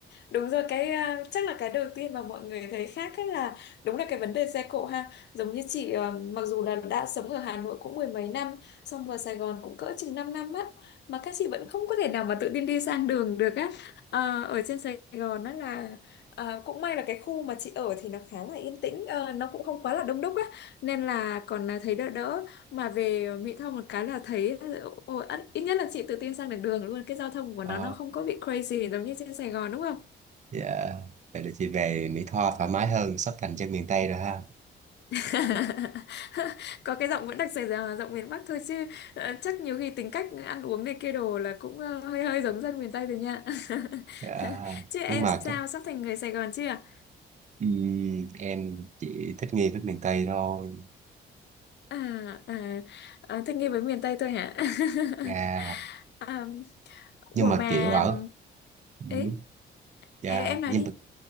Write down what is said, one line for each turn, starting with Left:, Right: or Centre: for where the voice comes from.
Left: Đúng rồi cái à, chắc là cái đầu tiên mà mọi người thấy khác ấy là đúng là cái vấn đề xe cộ ha. Giống như chị ờ, mặc dù là đã sống ở Hà Nội cũng mười mấy năm, xong vào Sài Gòn cũng cỡ chừng 5 năm á mà các chị vẫn không có thể nào mà tự tin đi sang đường được á. Ờ, ở trên Sài Gòn đó là ờ, cũng may là cái khu mà chị ở thì nó khá là yên tĩnh, ờ, nó cũng không quá là đông đúc á nên là còn à, thấy đỡ đỡ mà về Mỹ Tho một cái là thấy ôi, ít ít nhất là chị tự tin sang được đường luôn cái giao thông của
Right: Ờ,
Left: nó nó không có bị crazy giống như trên Sài Gòn đúng không
Right: dạ, vậy là chị về Mỹ Tho thoải mái hơn, sắp thành chân miền Tây rồi ha.
Left: <laughs> có cái giọng vẫn đặc Sài Gòn giọng miền Bắc thôi chứ ờ, chắc nhiều khi tính cách ăn uống này kia đồ là cũng ờ, hơi hơi giống dân miền Tây rồi nha <laughs>
Right: Dạ,
Left: chứ em
Right: nhưng mà
Left: sao
Right: cái-
Left: sắp thành người Sài Gòn chưa à,
Right: ừm, em chỉ thích nghi với miền Tây thôi,
Left: à, à thích nghi với miền Tây thôi hả
Right: dạ,
Left: <laughs> à, ủa
Right: nhưng mà
Left: mà
Right: kiểu ở, ừm,
Left: ấy
Right: dạ,
Left: em, em nói
Right: nhưng
Left: đi
Right: mà